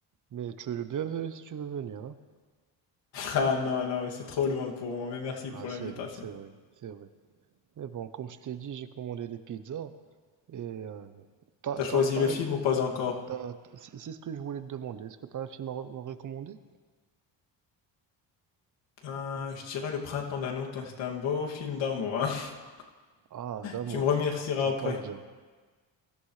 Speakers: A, on the right; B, on the left.
A: mais tu es le bienvenu si tu veux venir. hein.
B: Ah non, non, mais c'est trop loin pour moi, mais merci pour
A: Ah, c'est
B: l'invitation.
A: vrai, c'est vrai, c'est vrai. Mais bon, comme je t'ai dit, j'ai commandé des pizzas. Et euh, t'as,
B: T'as
A: t'as,
B: choisi
A: t'as
B: le film
A: un fi-
B: ou pas encore?
A: t'as- c'est c'est ce que je voulais te demander. Est-ce que tu as un film à re- me recommander?
B: Ben, je dirais Le Printemps d'un automne, c'est un beau film d'amour, hein. <laughs>
A: Ah, d'amour.
B: Tu me remercieras
A: Ça
B: après.
A: tombe bien.